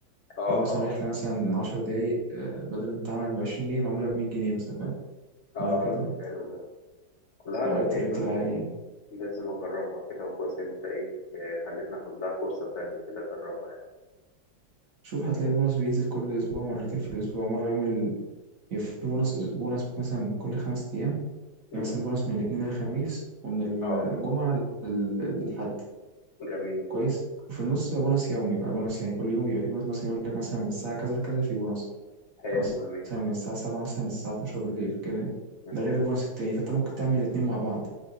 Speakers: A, on the left; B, on the right.
A: اه
B: لو مثلا
A: اه
B: رحلة مثلا عشر دقايق آه، بدل ما تتعمل بعشرين جنيه معمولة بمية جنيه مثلا فاهم
A: اه
B: وهكذا
A: طب حلو ده لا
B: أوقات
A: لا يبقى
B: الريت العالي يعني
A: لازم اجربها كده وكويس إن انت ايه آه، خلتني اخد لها فرصة تانية كده اجربها يعني
B: شوف هتلاقي البونص بينزل كل أسبوع مرتين في الأسبوع مرة يوم ال... يبقى في بونص بونص مثلا كل خمس أيام
A: مم.
B: يعني مثلا بونص من الاثنين للخميس ومن الجمعة
A: اه
B: لل- للحد
A: جميل
B: كويس وفي النص بقى بونص يومي بقى بونص يعني كل يوم بيبقى في بونص مثلا يقول لك مثلا من الساعة كذا لكذا في بونص
A: حلو
B: مثلا
A: جميل
B: من الساعة 7 مثلا للساعة 12 بالليل كده يعني. ده
A: <laughs>
B: غير البونص التاني فانت ممكن تعمل الاتنين مع بعض